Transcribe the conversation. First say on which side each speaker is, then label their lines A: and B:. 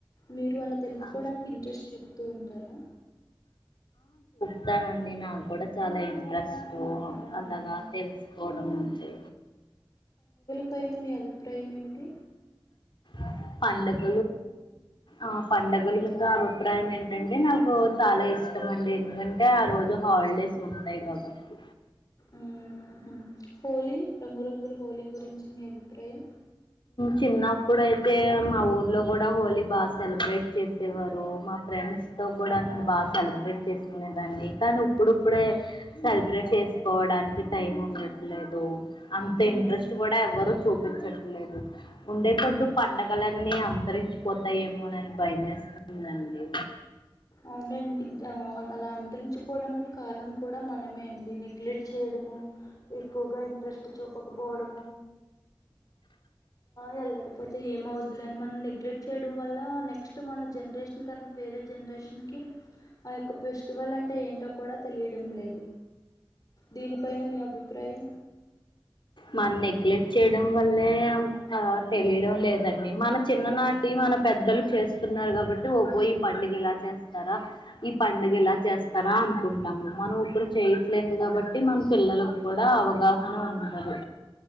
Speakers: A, on the left; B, on the left.
A: మీరు అలా తెలుసుకోవడానికి
B: అవును
A: ఇంట్రెస్ట్ చెబుతూ ఉంటారా
B: వస్తానండి నాకు కూడా చాలా ఇ ప్రష్టం
A: మ్మ్
B: అలాగా తెలుసుకోవడం అంటే
A: త ఏనా మీ అలు ప్రై ఎమిటి
B: అ పండగ ఆ పంండగల మీద అభిప్రాయం ఏంటంటే నాకు చాలా ఇష్టం అండి ఎందుకంటే ఆ రోజు హాలిడేస్ ఉంటాయి కాబట్టి
A: ఉ హోలీ రంగురంగులు బోలీ గురించి మీ అభిప్రాయం
B: చిన్నప్పుడుయితే అయితే మా ఊర్లో కూడా హోలీ బాగా సెలబ్రేట్ చేసేవారు మా ఫ్రెండ్స్ తో కూడా నన్ను బాగా సెలబ్రేట్ దాన్ని కానీ ఇప్పుడుప్పుడే
A: మ్మ్
B: సెలబ్రేట్ చేసుకోవడానికి టైం ఉండట్లేదు అంత
A: మ్మ్
B: ఇంట్రెస్ట్ కూడా ఎవ్వరు చూపించచ్చ లే లేదు ఉండే
A: మ్మ్
B: కొద్దు పండగలన్నీ అ అత్తరించిపోతాయేమో అనని భయేస్తుందండి
A: అవునండి అలా అంతరించిుపోవడానికి కారణం కూడా మనమే అండి నిగ్లెక్ట్ చేయడము ఎక్కువగా ఇంట్రెస్ట్ చూపకపోవడ వెళ్ళకపోతే ఏమ ఇందులని మనం నెగ్లెట్యడం వల్ల నెక్స్ట్ మన జనరేషన్ తర్వాత వేరే జనరేషన్ క్యోక ఆ యొక్క ఫెస్టివల్ అంటే ఏంటో కూడా తెలియడం లేదు. దీనిపైన మీ అభిప్రాయం
B: మనం నెగ్లెక్ట్ చేయడం వల్లే ఆమె ఆ తెలియడం లేదండి. మన చిన్ననాటి మన పెద్దలు చేస్తున్నారు. కాబట్టి ఓహో ఈ పండుగ ఎలా చేస్తారా ఈ పండుగ ఇలా చేస్తారా అనుకుంటాము. మనం ఇప్పుడు చేయట్లేదు కాబట్టి మన పిల్లలకు కూడా అవగాహన ఉండదు.